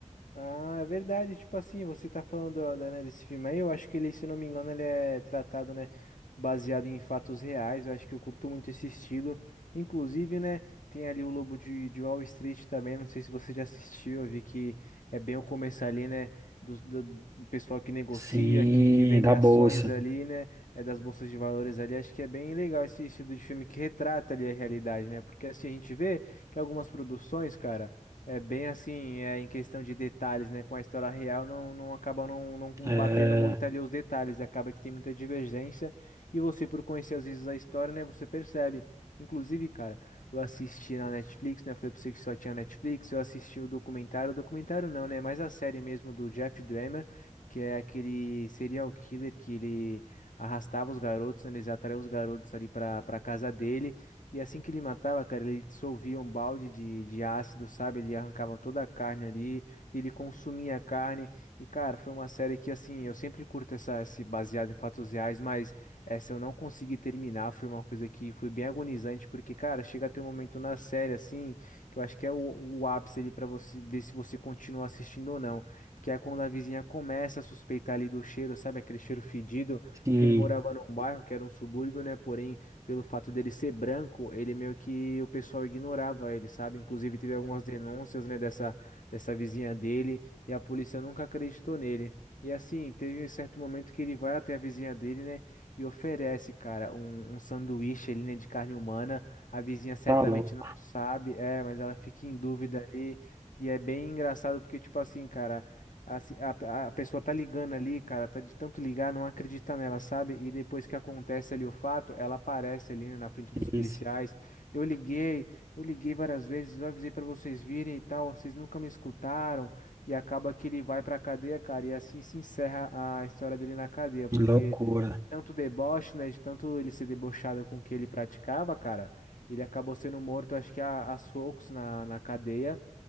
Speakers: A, on the left (about 85°); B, on the right (about 25°).
A: Ah, é verdade, tipo assim, você tá falando, ó, da- né, desse filme aí, eu acho que ele, se não me engano, ele é tratado, né, baseado em fatos reais, eu acho que eu curto muito esse estilo, inclusive, né, tem ali o Lobo de, de Wall Street também, não sei se você já assistiu, eu vi que é bem o começo ali, né, do, do, do pessoal que negocia,
B: Sim,
A: que, que vende
B: da
A: ações
B: bolsa.
A: ali, né, é das bolsas de valores ali, acho que é bem legal esse estilo de filme que retrata ali a realidade, né, porque assim, a gente vê que algumas produções, cara é bem assim, é em questão de detalhes, né? Com a história real, não, não acaba não, não
B: É,
A: batendo muito ali os detalhes, acaba que tem muita divergência. E você, por conhecer às vezes a história, né? Você percebe. Inclusive, cara, eu assisti na Netflix, né? Eu falei pra você que só tinha Netflix. Eu assisti o documentário, o documentário não, né? Mas a série mesmo do Jeff Dahmer, que é aquele serial killer que ele arrastava os garotos, né, eles atraía os garotos ali pra, pra casa dele. E assim que ele matava, cara, ele dissolvia um balde de, de ácido, sabe? Ele arrancava toda a carne ali, ele consumia a carne. E, cara, foi uma série que, assim, eu sempre curto essa, esse baseado em fatos reais, mas essa eu não consegui terminar. Foi uma coisa que foi bem agonizante, porque, cara, chega a ter um momento na série, assim, que eu acho que é o, o ápice ali pra você ver se você continua assistindo ou não. Que é quando a vizinha começa a suspeitar ali do cheiro, sabe? Aquele cheiro fedido,
B: sim,
A: porque ele morava num bairro que era um subúrbio, né? Porém pelo fato dele ser branco, ele meio que o pessoal ignorava ele, sabe? Inclusive teve algumas denúncias, né, dessa, dessa vizinha dele e a polícia nunca acreditou nele. E assim, teve um certo momento que ele vai até a vizinha dele, né, e oferece, cara, um, um sanduíche ali, né, de carne humana. A vizinha certamente
B: tá louco.
A: não sabe, é, mas ela fica em dúvida ali. E é bem engraçado porque, tipo assim, cara. A, se- a, a pessoa tá ligando ali, cara, tá de tanto ligar, não acredita nela, sabe? E depois que acontece ali o fato, ela aparece ali, né, na frente dos policiais.
B: Sim, sim.
A: Eu liguei, eu liguei várias vezes, eu avisei pra vocês virem e tal, vocês nunca me escutaram. E acaba que ele vai pra cadeia, cara, e assim se encerra a história dele na cadeia, porque
B: Loucura.
A: tanto deboche, né, de tanto ele ser debochado com o que ele praticava, cara, ele acabou sendo morto, acho que a, a socos na, na cadeia